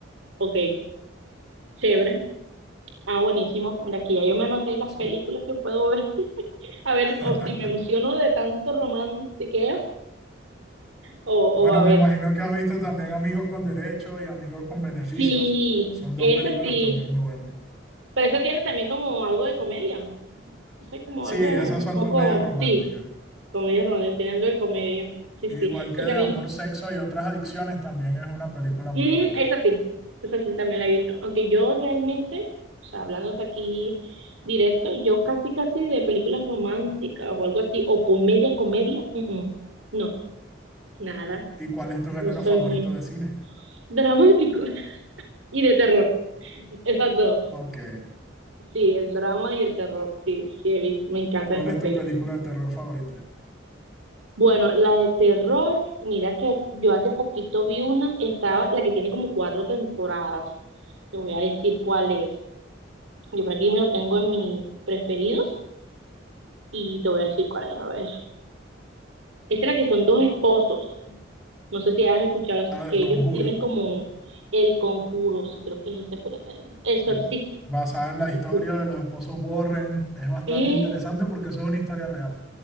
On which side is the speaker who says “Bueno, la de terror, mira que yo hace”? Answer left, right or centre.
Right